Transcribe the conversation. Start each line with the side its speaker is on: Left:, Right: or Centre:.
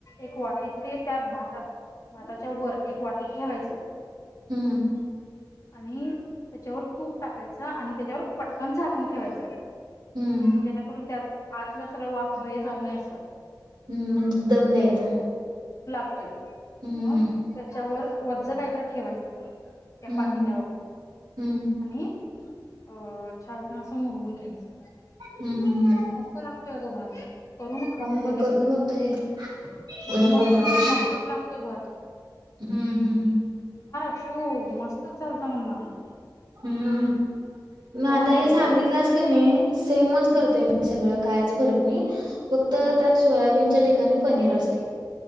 Left: एक वाटीत ते त्या भातात भाताच्या वर एक वाटीत ठेवायचं
Right: हम्म
Left: आणि त्याच्यावर तूप टाकायचं आणि त्याच्यावर पट कण झाकून ठेवायचं
Right: हम्म
Left: जेणेकरून त्यात आतलं सगळं वाफ बाहेर जाऊ नये असं
Right: हम्म म्हणजे दम द्यायचा
Left: हो
Right: हम्म
Left: मग त्याच्यावर वझ काहीतरी ठेवायचं त्या
Right: हम्म
Left: पातील्यावर
Right: हम्म
Left: आणि हो छान ना असं मुरवून घ्यायचं
Right: हम्म हम्म हम्म.
Left: लई मत लागतोय अग भात करून खाऊन
Right: होय
Left: बघ एकदा
Right: करून बघतो की
Left: लई
Right: उद्या
Left: मस्त
Right: परवा
Left: म्हण
Right: दिवशी.
Left: मस्तच लागतोय भात
Right: हम्म हम्म हम्म
Left: हो मस्तच चालत म्हणणारत
Right: हम्म मग
Left: करून
Right: आता हे
Left: बघ एकदा
Right: सांगितलंस का नाही सेमच करते
Left: हा
Right: सगळं कायच फरक नाही फक्त
Left: ह
Right: त्यात सोयाबीनच्या ठिकाणी पनीर असते